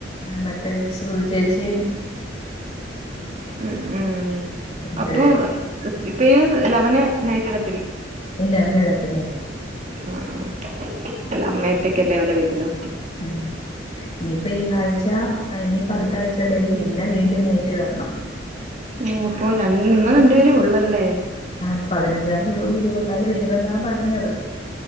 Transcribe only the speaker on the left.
ആ മറ്റേ സ്രുതിചേച്ചിം
രണ്ടുപേരും
ഇല്ല അവന്ഇടത്തില്ല
ഉം ഇനിപ്പ ഈ ആഴ്ച ഇനിയിപ്പ അട്ത്ത ആഴ്ച ഡേ പിന്നെ വീണ്ടും നൈറ്റ് വരണം
ആഹ് പതിനഞ്ചാതി തൊട്ട് പുതിയ പിള്ളളര് വരുവെന്നാ പറഞ്ഞത്